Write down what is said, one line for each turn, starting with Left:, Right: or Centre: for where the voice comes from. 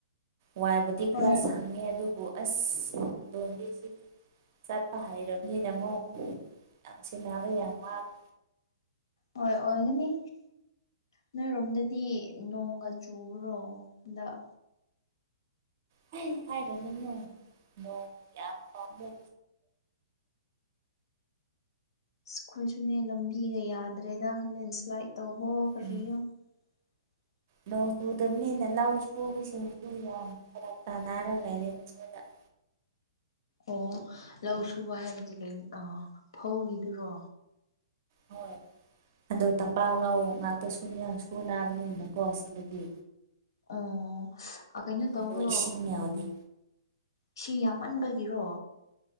Right: ꯋꯥꯏꯕꯨꯗꯤ
Left: ꯍꯣꯏ
Right: ꯈꯔ ꯁꯪꯉꯦ ꯑꯗꯨꯕꯨ ꯑꯁ ꯃꯇꯣꯟꯗꯤ ꯁꯤꯗꯤ ꯆꯠꯄ ꯍꯥꯏꯔꯕꯅꯤꯅ ꯑꯃꯨꯛ ꯌꯥꯝ ꯁꯦꯟꯅꯕ ꯌꯥꯝ ꯋꯥꯕ
Left: ꯍꯣꯏ ꯑꯣꯏꯒꯅꯤ ꯅꯣꯏꯔꯣꯝꯗꯗꯤ ꯅꯣꯡꯒ ꯆꯨꯕ꯭ꯔꯣꯗ ꯍꯟꯗꯛ
Right: ꯍꯩ ꯍꯥꯏꯔꯅꯨ ꯅꯣꯡ ꯅꯣꯡ ꯌꯥꯝ ꯄꯥꯝꯃꯨ
Left: ꯑꯁ ꯑꯩꯈꯣꯏꯁꯨꯅꯦ ꯂꯝꯕꯤꯒ ꯌꯥꯗ꯭ꯔꯦꯗ ꯂꯦꯟꯁ꯭ꯂꯥꯏꯠ ꯇꯧꯕꯑꯣ ꯀꯔꯤꯌꯣ
Right: ꯎꯝ
Left: <inaudible>
Right: ꯅꯣꯡ ꯆꯨꯗꯝꯅꯤꯅ ꯂꯧ ꯁꯨꯕꯁꯤꯡꯁꯨ ꯌꯥꯝ ꯐꯔꯛ ꯇꯥꯅꯔ ꯂꯩꯔꯦ <unintelligible>
Left: ꯑꯣ ꯂꯧ ꯁꯨꯕ ꯍꯥꯏꯕꯗꯤ ꯀꯩꯅ ꯑꯥ ꯐꯧꯒꯤꯗꯨꯔꯣ
Right: ꯍꯣꯏ ꯑꯗꯣ ꯇꯝꯄꯥꯛꯂꯧ ꯉꯥꯛꯇ ꯁꯨꯅ ꯁꯨꯅꯥꯕꯅꯤꯅꯀꯣ ꯁꯤꯗꯗꯤ
Left: ꯑꯥ ꯑ ꯀꯩꯅꯣ ꯇꯧꯕ꯭ꯔꯣ
Right: ꯑꯗꯣ ꯏꯁꯤꯡ ꯌꯥꯎꯗꯦ
Left: ꯎꯝ ꯏꯁꯤꯡ ꯌꯥꯝ ꯃꯟꯕꯒꯤꯔꯣ